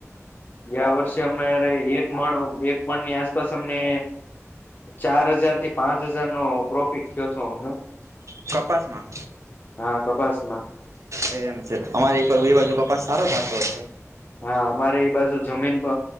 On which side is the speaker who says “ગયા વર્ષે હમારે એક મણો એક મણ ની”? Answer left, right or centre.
Left